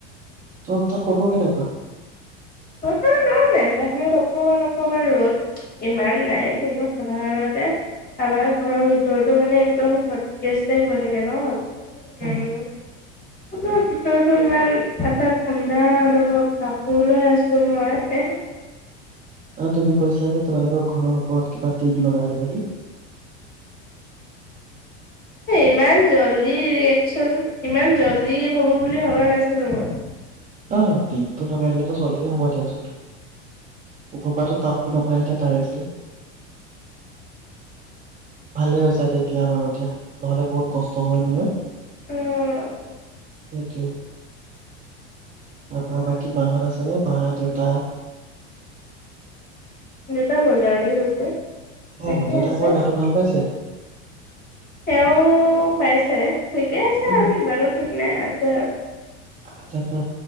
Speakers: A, on the right; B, on the left.
A: তাত বতৰ কেনেকুৱা?
B: বতৰ নাইমানে অকমান অকমান ৰ'দ। ইমান নাই বোলো। সাধাৰণতে‌ আমাৰ ঘৰৰ ভিতৰতো‌ মানে একদম হটকেছ টাইপ হৈ থাকে ন। উম।
A: অ',
B: আমাৰ ভিতৰতো ইমান এটা ঠাণ্ডা অনুভৱ কাপোৰ লৈ আছো <unintelligible>
A: অ', তুমি কৈছিলা যে, তোমালোকৰ ঘৰৰ ওপৰত কিবা টিং লগালে বুলি।
B: ইমান জল্দি ৰিয়েকচন, ইমান জল্দি হ'ব বুলি ভবা নাছিলো মই
A: অ', দিনটো লগাই দিলেতো, জল্দিয়েই হ'ব, দিয়াচোন। উপপাতটো তাপটো নাপায় এতিয়া, ডাইৰেক্টলি ভালেই হৈছে দে এতিয়া বাৰু, এতিয়া নহ'লে, বহুত কষ্ট হয়, নহয়
B: অ'
A: সেইটোৱে তাৰ পৰা, বাকী মাহঁত আছে নে? মা দেউতা
B: দেউতা বজাৰলৈ গৈছে তাকে
A: অ দেউতাই
B: আছে।
A: তোমাৰ গাটো ভাল পাইছে
B: তেওঁ পাইছে ঠিকেই আছে।
A: উম
B: আৰু, ইমানো ঠিক নাই, আছ যে
A: আচ্ছা, আচ্ছা।